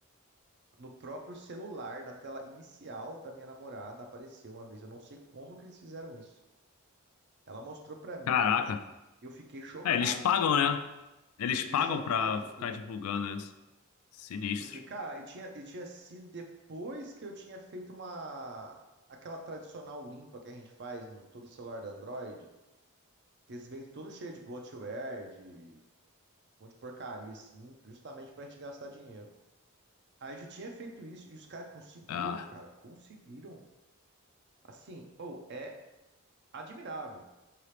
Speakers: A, on the right; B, on the left.
A: No próprio celular, da tela inicial da minha namorada, apareceu uma vez. Eu não sei como que eles fizeram isso. Ela mostrou pra mim.
B: Caraca.
A: Eu fiquei chocado
B: É, eles pagam,
A: com aquilo.
B: né? Eles
A: Eu fiquei
B: pagam
A: chocado
B: pra
A: com aquilo.
B: ficar divulgando isso. Sinistro.
A: Porque, cara, e tinha, e tinha sido depois que eu tinha feito uma... Aquela tradicional limpa que a gente faz em todo celular da Android. Que eles vêm todo cheio de bloatware, de um monte de porcaria, assim. Justamente pra gente gastar dinheiro. Aí eu já tinha feito isso. E os caras conseguiram,
B: Ah,
A: cara. Conseguiram. Assim, ou é Admirável,